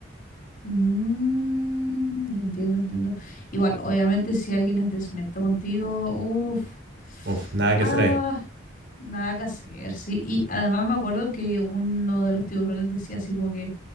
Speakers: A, on the left; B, on the right.
A: Mm, entiendo, entiendo. Igual, obviamente, si alguien es deshonesto contigo, uff,
B: Uf, nada que
A: ah,
B: hacer ahí.
A: nada que hacer, sí. Y además me acuerdo que uno de los tiburones decía así como que